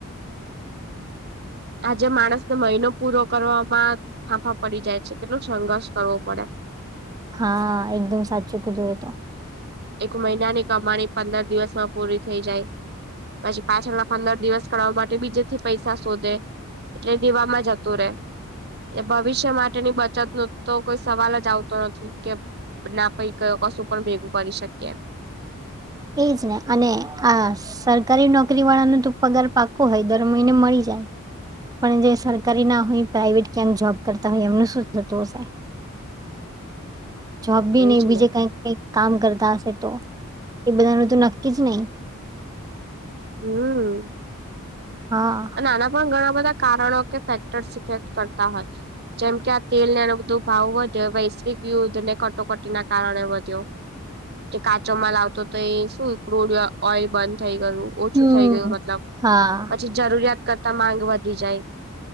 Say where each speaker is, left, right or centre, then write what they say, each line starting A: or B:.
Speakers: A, on the right; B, on the right.
A: આજે માણસ ને મહિનો પૂરો કરવામાં ફાંફા પડી જાય છે કેટલોું સંઘર્ષ કરવો પડે. <inaudible>
B: હા એકદમ સાચું કધું એ તો.
A: એક મહિનાની કમાણી પંદર દિવસમાં પૂરી થઈ જાય. પછી પાછળ ના પંદર દિવસ કરવાાવ માટે બીજેથી પૈસા શોધે. એટલે દેવામાં જતું રે. એ ભવિષ્ય માટેની બચત નું તો કોઈ સવાલ જ આવતો નથી કે ના પૈ ક કશું પણ ભેગું કરી શકી એમ.
B: એજ ને અને આ. સરકારી નોકરી વાળાનો તો પગાર પાકો હોય દર મહિને મળી જાય. પણ જે સરકારી ના હોય પ્રાાઈવેટ ક્યાંક જોબ કરતા હોય એમનું શું થતું હશે.
A: <inaudible>
B: જોબ બી
A: એજ
B: નહી બીજે
A: ને
B: કઈ કઈ કામ કરતા હશે તો. એ બધાનું તો નક્કી જ નહી
A: હમ્મ.
B: હા
A: નાના પણ ગર. બધા કારણો કે ફેક્ટર્સ ઇફેક્ટ કરતા હોય જેમ કે આ તેલ ને એ બધું ભાવ વધે. યુનાઈટેડ ને કટોકટી ના કારણે વધ્યો. કે કાચોમાં લાવતો તો એ શું ક્રુડ ઓઈલ બંધ થઈ, ગણુ ઓછું
B: હમ
A: થઈ ગયું મતલબ
B: હા
A: પછી જરૂરિયાત કરતા માંગ વધી જાય.